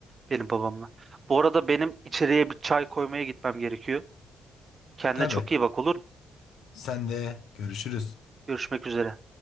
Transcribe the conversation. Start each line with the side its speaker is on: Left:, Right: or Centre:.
Right: benim babamla. Bu arada benim içeriye bir çay koymaya gitmem gerekiyor. Kendine
Left: Tabii.
Right: çok iyi bak olur mu?
Left: Sen de görüşürüz.
Right: Görüşmek üzere.